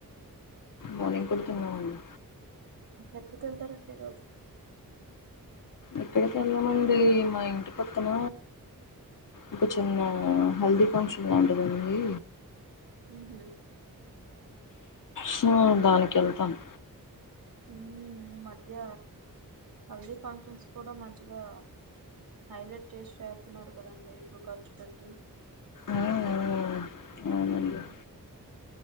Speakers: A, on the left; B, on the right.
A: మానింగ్ కూడ తిన్నామండి
B: ఎక్కడికెళ్తారండి రోజు
A: ఎక్కడికెళ్ళమండీ మా ఇంటి పక్కన ఒక చిన్న హల్దీ ఫంక్షన్ లాంటిదుంది
B: మ్మ్ హ్మ్మ్
A: సో దానికెళ్తాను
B: హ్మ్ ఈ మధ్య హల్దీ ఫంక్షన్స్ కూడా మంచిగా హైలెట్ చేసి చేస్తున్నారు కదండి ఎక్కువ ఖర్చు పెట్టి
A: మ్మ్ మ్మ్ అవునండి
B: హ్మ్